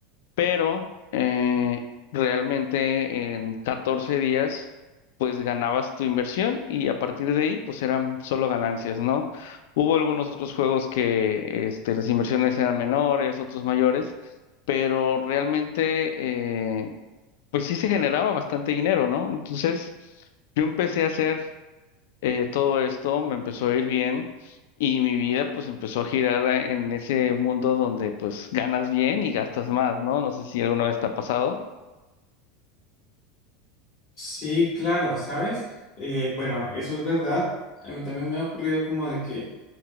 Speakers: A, on the left; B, on the left.
A: pero eh, realmente en 14 días pues ganabas tu inversión y a partir de ahí pues eran solo ganancias, ¿no? Hubo algunos otros juegos que este, las inversiones eran menores, otros mayores, pero realmente eh, pues sí se generaba bastante dinero, ¿no? Entonces yo empecé a hacer eh, todo esto me empezó a ir bien y mi vida pues empezó a girar eh, en ese mundo donde pues ganas bien y gastas más, ¿no? No sé si alguna vez te ha pasado.
B: Sí, claro, ¿sabes? Eh, bueno, eso es verdad. A mí también me ha ocurrido como de que